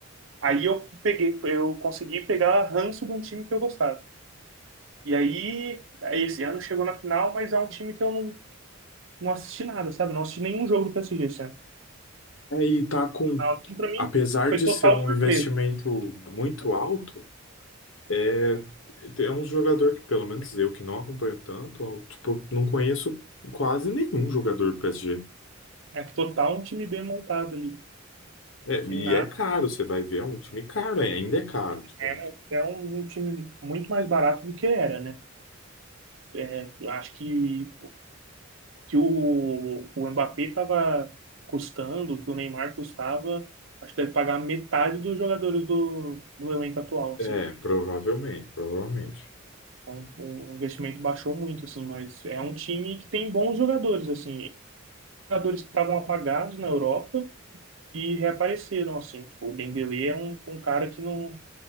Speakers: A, on the right; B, on the left.
A: Aí eu peguei, eu consegui pegar ranço de um time que eu gostava. E aí, esse ano chegou na final, mas é um time que eu não, não assisti nada, sabe? Não assisti nenhum jogo do PSG esse ano.
B: Aí tá com,
A: Ah, E pra mim,
B: apesar
A: foi
B: de
A: total
B: ser um
A: surpresa.
B: investimento muito alto, É, é um jogador que, pelo menos eu que não acompanho tanto, eu, tipo, não conheço quase nenhum jogador do PSG.
A: É total um time bem montado ali.
B: É, e
A: Tem nada.
B: é caro, você vai ver, é um time caro, é, ainda é caro. Tipo,
A: É, é um, um time muito mais barato do que era, né? É, eu acho que que o, o Mbappé estava custando, que o Neymar custava, acho que deve pagar metade dos jogadores do, do elenco atual, assim.
B: é, provavelmente, provavelmente.
A: Então, o o investimento baixou muito, assim, mas é um time que tem bons jogadores, assim, jogadores que estavam apagados na Europa e reapareceram, assim. Tipo, o Dembélé é um, um cara que não